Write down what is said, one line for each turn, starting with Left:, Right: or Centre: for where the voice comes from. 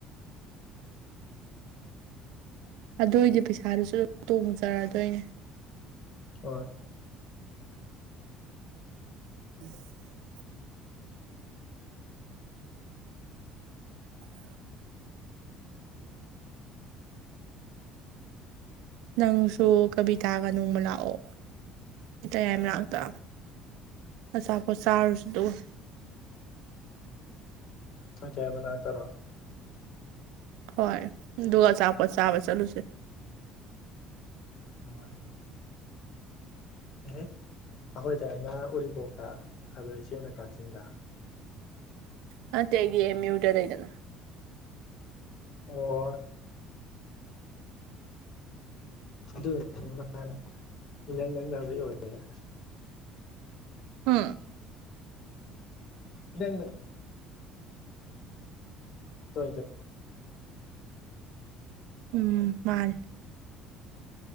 Right: ꯑꯗꯨ ꯑꯣꯏꯗꯤ ꯄꯩꯁꯥꯗꯨꯁꯨ ꯇꯣꯡꯖꯔꯣꯏꯗꯣꯏꯅꯦ
Left: ꯍꯣꯏ
Right: <unintelligible> <unintelligible> ꯅꯪꯁꯨ ꯀꯕꯤꯇꯥꯒ ꯅꯣꯡꯃ ꯂꯥꯛꯑꯣ ꯇꯌꯥꯏ ꯃꯅꯥꯛꯇ ꯑꯆꯥꯄꯣꯠ ꯆꯥꯔꯨꯁꯤ ꯑꯗꯨꯒ
Left: ꯈꯣꯏ ꯇꯌꯥꯏꯃ ꯃꯅꯥꯛ ꯇꯔꯣ
Right: ꯍꯣꯏ ꯑꯗꯨꯒ ꯑꯆꯥꯄꯣꯠ ꯆꯥꯕ ꯆꯠꯂꯨꯁꯦ
Left: ꯍꯣꯏ ꯑꯦ ꯑꯈꯣꯏ ꯇꯌꯥꯏꯃꯅ ꯎꯔꯤꯄꯣꯛꯇ ꯑꯗꯨ ꯏꯆꯦꯅ ꯀꯥꯛꯆꯤꯡꯗ
Right: ꯅꯠꯇꯦ ꯑꯩꯗꯤ ꯑꯦꯝ ꯌꯨꯗ ꯂꯩꯗꯅ
Left: ꯑꯣ ꯑꯗꯨꯅꯦ ꯃꯥꯅ ꯏꯅꯛ ꯅꯛꯅꯕꯩ ꯑꯣꯏꯔꯦ
Right: ꯍꯨꯝ
Left: ꯕꯦꯡꯒ ꯇ
Right: ꯎꯝ ꯃꯥꯜ